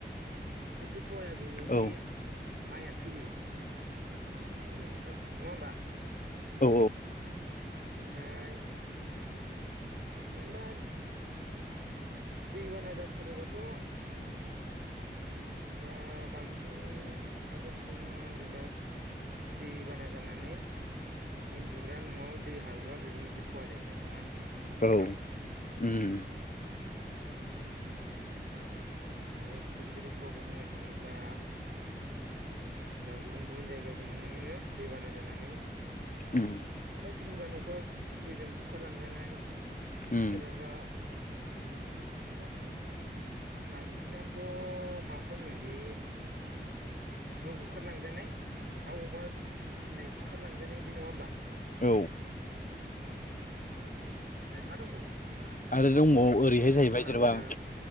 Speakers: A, on the right; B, on the left.
A: सोबसे खहाया बेनोदि
B: औ
A: माइया थैयो दैज्लां बोथोराव नङा होनबा
B: औ औ
A: ओमफ्राय जेनबा दैबाना जाथारोबाथ' जेनेबा बांसिन खायफा सुबुंना जेनेबा दै बाना जानानै उन्दुग्रा न'आव दै हाबोबा बेबो मोनसे खहा जाहैबाय नङा होमबा
B: औ उम।
A: ओमफ्राय आरो गिदिर गिदिर खहाखौ बुंनो थाङोब्ला बा गुबुन गुबुन जायगायाव जों नुनो मोनो दैबाना जानानै
B: उम
A: जेनबा सोरनिबा न'खराव दैजों बुखारलांजानाय
B: उम
A: सोरहाबा दा बांसिनानोथ' माखौ होनो बे न' बुखारलांजानाय दाउ, अमा फिसिनाय बुखारलांजानाय बे नङा होमबा।
B: औ
A: ओमफ्राय मा दंबावो जेनेबा
B: आरो दंबावो ओरैहाय
A: जोंथ'
B: जाहैबाय
A: खोनाबोदों
B: जेनेबा